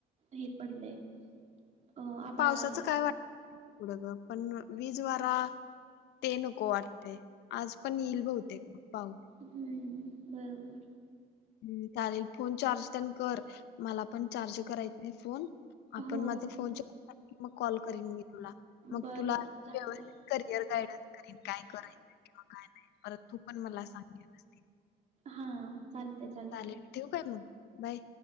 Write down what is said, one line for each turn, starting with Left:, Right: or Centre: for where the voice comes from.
Right: हे पडलंय अ आबाळ
Left: पावसाचं
Right: आलय
Left: काय वाट एढ पण वीज वारा ते नको वाटतय आज पण येईल बहुतेक. पाऊस
Right: हम्म. बरोबर.
Left: हम्म चालेल फोन चार्ज तेन कर मला पण चार्ज करायचं आहे फोन आपण
Right: हो
Left: माझ फोन चार्ज झाला की मग कॉल करीन मी तुला मग
Right: बर
Left: तुला
Right: बर चालतय
Left: व्यवस्थित करियर गायडन्स करेन काय करायचं किंवा काय नाय. परत तू पण मला सांगत <unintelligible>
Right: हा. चालतय चालतय
Left: चालेल ठेऊ काय मग. बाय.